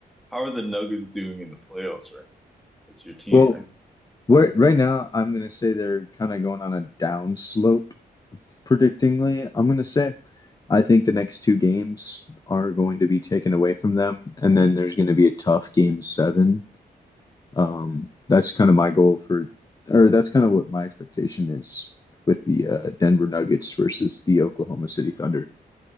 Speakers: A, in the centre; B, on the left (about 25°).
A: how are the Nuggets doing in the playoffs right now? That's your team,
B: Well,
A: right?
B: right, right now, I'm gonna say they're kind of going on a down slope, predictingly. I'm gonna say I think the next two games are going to be taken away from them, and then there's going to be a tough game seven Um, that's kind of my goal for, or that's kind of what my expectation is with the uh, Denver Nuggets versus the Oklahoma City Thunder.